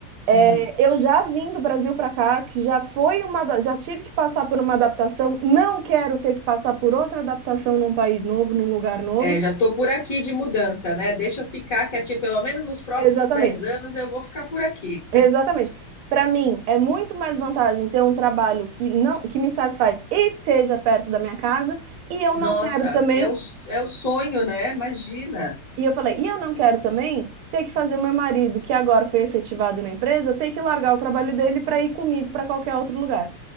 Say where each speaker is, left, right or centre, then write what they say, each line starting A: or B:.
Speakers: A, on the right; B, on the left.
A: É,
B: Uhum.
A: eu já vim do Brasil para cá, que já foi uma, da- já tive que passar por uma adaptação, não quero ter que passar por outra adaptação num país novo, num lugar novo.
B: É, já tô por aqui de mudança, né? Deixa eu ficar quietinha, pelo menos nos próximos
A: Exatamente.
B: 10 anos eu vou ficar por aqui.
A: Exatamente. Para mim, é muito mais vantagem ter um trabalho que não que me satisfaz e seja perto da minha casa, e eu
B: Nossa,
A: não quero também,
B: é o, é o sonho, né? Imagina.
A: e eu falei, e eu não quero também ter que fazer o meu marido, que agora foi efetivado na empresa, ter que largar o trabalho dele para ir comigo para qualquer outro lugar.